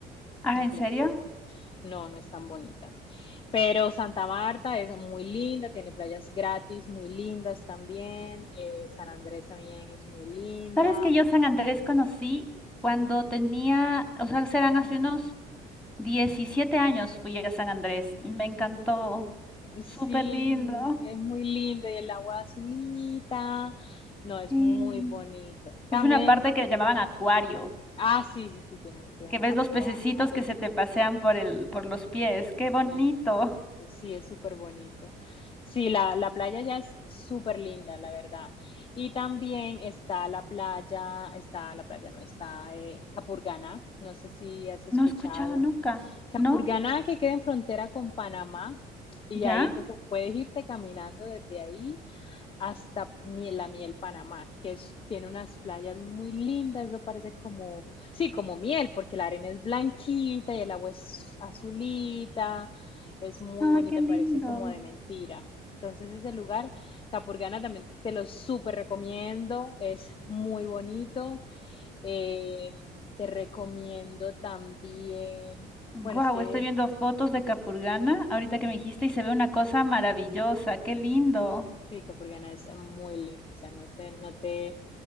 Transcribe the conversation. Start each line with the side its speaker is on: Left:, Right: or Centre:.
Centre: Ah,
Left: Entonces,
Centre: ¿en serio?
Left: no, no es tan bonita. Pero Santa Marta es muy linda, tiene playas gratis muy lindas también. eh, San Andrés también es muy linda.
Centre: ¿Sabes que yo San Andrés conocí cuando tenía, o sea, serán hace unos 17 años fui a San Andrés. y Me encantó.
Left: Sí,
Centre: Súper lindo.
Left: es muy lindo y el agua azulita. No, es
Centre: Sí.
Left: muy bonito. También,
Centre: Yo fui a una parte que llamaban acuario,
Left: ah, sí, sí, sí, tienen, tienen
Centre: que
Left: los
Centre: ves
Left: acuarios.
Centre: los pececitos que se te pasean por el, por los pies. ¡Qué bonito!
Left: Exacto, sí, es súper bonito. Sí, la, la playa ya es súper linda, la verdad. Y también está la playa, está la playa, no, está eh, Capurganá. No sé si has escuchado.
Centre: No he escuchado nunca,
Left: Capurganá
Centre: ¿no?
Left: que queda en frontera con Panamá. Y
Centre: ¿Ya?
Left: ahí entonces puedes irte caminando desde ahí hasta mi- la Miel Panamá, que es- tiene unas playas muy lindas, eso parece como, sí, como miel, porque la arena es blanquita y el agua es azulita, es muy
Centre: Ay,
Left: bonita,
Centre: qué lindo.
Left: parece como de mentira. Entonces ese lugar, Capurganá, también te lo súper recomiendo, es muy bonito. Eh, te recomiendo también,
Centre: Wow,
Left: bueno, es que
Centre: estoy viendo fotos de Capurganá ahorita que me dijiste y se ve una cosa maravillosa, qué lindo.
Left: sí, sí, Capurganá es muy lindo, o sea, no te, no te